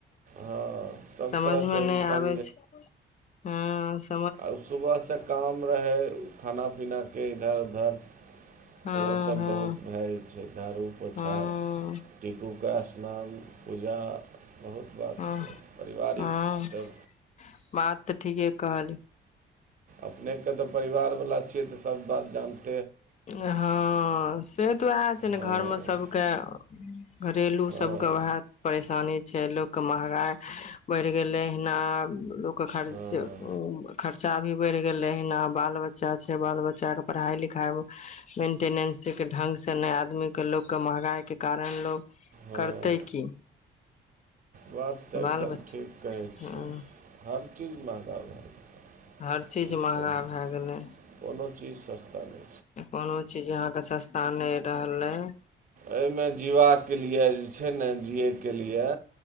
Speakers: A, on the right (about 45°); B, on the left (about 35°).
A: हँ सभ
B: समझमे
A: तरहसँ
B: नहि
A: इनकम
B: आबै छै ह
A: आओर सुबहसँ काम रहै खाना पीनाके इधर उधर
B: हँ
A: ओहोसभ
B: हँ
A: बहुत भए जाइ छै झाड़ू पोछा
B: हँ
A: टिकू ओकरा स्नान पूजा बहुत बात
B: ह
A: छै पारिवारिक
B: हँ
A: तऽ
B: बात तऽ ठीके कहली
A: अपनेकेँ तऽ परिवारवला छियै तऽ सभ बात जानतै
B: हँ से तऽ वएह छै ने
A: हँ
B: घर मे सबके घरेलु सबके
A: हँ
B: वएह परेशानी छै लोक के महगाई बढ़ि गेले एहिना लोक के खर्च
A: हँ
B: खर्चा भी बढ़ गेलै एहिना बाल बच्चा छै बाल बच्चा के पढ़ाई लिखाई मेन्टेनेंसके ढङ्ंगसँ नहि आदमीके लोकके महगाइके कारण लोक
A: हँ
B: करतै की
A: बात तऽ एकदम
B: बाल बच्चा
A: ठीक कहै
B: हँ
A: छियै हर चीज महगा भए
B: हर
A: गेल
B: चीज
A: की
B: महंगा
A: कहू
B: भए गेलै
A: कोनो चीज सस्ता दे
B: कोनो चीज यहाँके सस्ता नहि रहलै अ
A: एहिमे जीबाकके लिए जे छै ने जियैके लिए